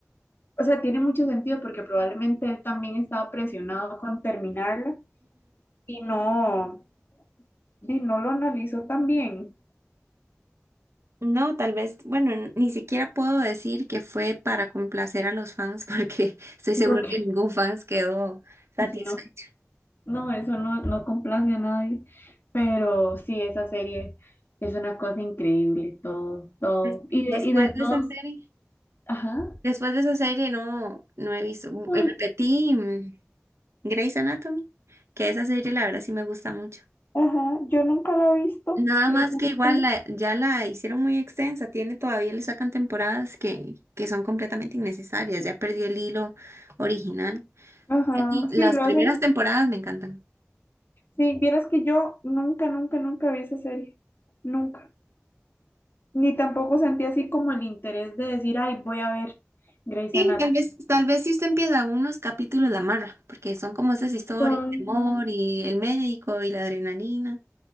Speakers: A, on the left; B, on the right.
A: o sea, tiene mucho sentido porque probablemente él también estaba presionado con terminarla y no, y no lo analizó tan bien,
B: No, tal vez, bueno, n- ni siquiera puedo decir que fue para complacer a los fans porque <laughs> estoy seguro
A: porque
B: que ningún fans quedó satisfecho.
A: <laughs> no. No, eso no, no complace a nadie, pero sí, esa serie es una cosa increíble, todo, todo.
B: Des-
A: Y
B: Después
A: de, y de todos,
B: de esa serie,
A: ajá,
B: después de esa serie no, no he visto, u-
A: ah,
B: eh, repetí mm, Grey's Anatomy, que esa serie la verdad sí me gusta mucho.
A: Ajá, yo nunca lo he visto.
B: Nada
A: creo
B: más
A: que-
B: que igual
A: sí.
B: la- ya la hicieron muy extensa, tiene todavía le sacan temporadas que, que son completamente innecesarias, ya perdió el hilo original.
A: Ajá,
B: Sí, Las
A: sí, lo
B: primeras
A: hacen.
B: temporadas me encantan.
A: Sí, vieras que yo nunca, nunca, nunca vi esa serie. Nunca. Ni tampoco sentí así como el interés de decir, ay, voy a ver Grey's
B: Sí,
A: Anatomy.
B: tal vez, tal vez si usted empieza unos capítulos la amarra, porque son como esas historias,
A: no.
B: el amor y el médico y la adrenalina,